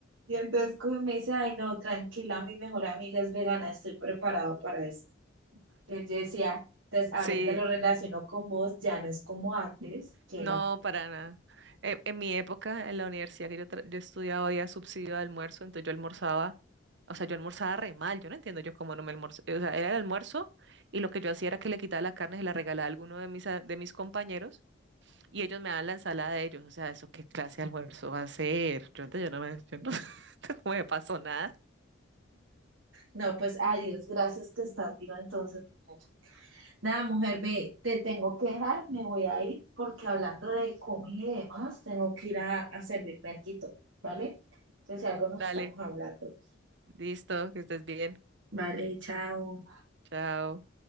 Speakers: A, on the right (about 80°); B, on the right (about 65°).
A: Y entonces como me dice, ay, no, tranquila, mi mejor amiga es vegana, estoy preparado para esto. Entonces yo decía, entonces ahorita
B: Sí,
A: lo relaciono con vos, ya no es como antes, que
B: no,
A: era como,
B: para nada. E- En, mi época, en la universidad que yo, tra- yo estudiaba, había subsidio de almuerzo, entonces yo almorzaba, o sea, yo almorzaba re mal, yo no entiendo yo cómo no me almorzaba, o sea, era el almuerzo y lo que yo hacía era que le quitaba la carne y se la regalaba a alguno de mis, a- de mis compañeros y ellos me daban la ensalada de ellos, o sea, ¿eso qué clase de almuerzo va a ser? Yo, yo no me, yo no, <laughs> no me pasó nada.
A: no, pues adiós, gracias que estás viva entonces. mujer". Nada, mujer, ve, te tengo que dejar, me voy a ir porque hablando de comida y demás, tengo que ir a, a servirme alguito, ¿vale? Entonces, si algo nos
B: Dale,
A: estamos hablando.
B: listo, que estés bien,
A: Vale, chao.
B: chao.